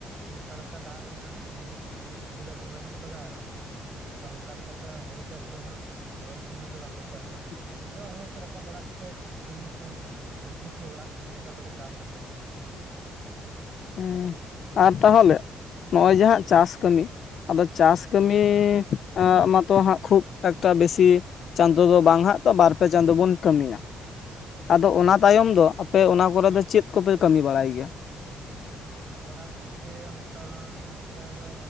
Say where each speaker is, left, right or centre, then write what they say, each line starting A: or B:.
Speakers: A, on the right; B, on the left.
A: ᱚᱱᱠᱟ ᱞᱮᱠᱟ ᱫᱟᱜ ᱨᱮᱱᱟᱜ ᱥᱩᱡᱚᱜᱽ ᱥᱩᱵᱤᱫᱷᱟ ᱠᱚ ᱵᱟᱹᱱᱩᱜ ᱠᱟᱫᱟ ᱟᱫᱚ ᱚᱱᱠᱟ ᱞᱮᱠᱟᱛᱮ ᱦᱩᱲᱩ ᱪᱟᱥ ᱫᱚ ᱦᱟᱜ ᱫᱷᱚᱨᱚᱱ ᱥᱩᱢᱟᱹᱭ ᱫᱚ ᱵᱟᱝᱞᱮ ᱪᱟᱥᱟ
B: ᱦ
A: ᱨᱚ ᱦᱩᱲᱩ ᱠᱚ ᱨᱟᱠᱟᱵ ᱵᱟᱲᱟ ᱠᱟᱛᱮᱫ ᱛᱩᱲᱤ ᱠᱚ ᱥᱚᱵᱡᱤ ᱠᱚ ᱚᱲᱟᱜ ᱡᱚᱢ ᱞᱮᱠᱟ ᱫᱚᱞᱮ ᱪᱟᱥ ᱜᱮᱭᱟ
B: ᱦᱮᱸ ᱟᱨ ᱛᱟᱦᱚᱞᱮ ᱱᱚᱜᱚᱭ ᱡᱟᱦᱟᱸ ᱪᱟᱥ ᱠᱟᱹᱢᱤ ᱟᱫᱚ ᱪᱟᱥ ᱠᱟᱹᱢᱤ ᱮᱸ ᱟᱸ ᱢᱟᱛᱚ ᱦᱟᱸᱜ ᱠᱷᱩᱵ ᱮᱠᱴᱟ ᱵᱮᱥᱤ ᱪᱟᱸᱫᱚ ᱫᱚ ᱵᱟᱝ ᱦᱟᱸᱜ ᱛᱚ ᱵᱟᱨ ᱯᱮ ᱪᱟᱸᱫᱚ ᱵᱚᱱ ᱠᱟᱹᱢᱤᱭᱟ
A: ᱦᱳᱭ
B: ᱟᱫᱚ ᱚᱱᱟ ᱛᱟᱭᱚᱢ ᱫᱚ ᱟᱯᱮ ᱚᱱᱟ ᱠᱚᱨᱮ ᱫᱚ ᱪᱮᱫ ᱠᱚᱯᱮ ᱠᱟᱹᱢᱤ ᱵᱟᱲᱟᱭ ᱜᱮᱭᱟ
A: ᱠᱟᱢᱤ ᱵᱟᱲᱟ ᱵᱚᱞᱛᱮ ᱚᱱᱠᱟ ᱚᱱᱟ ᱠᱚᱨᱮ ᱫᱚ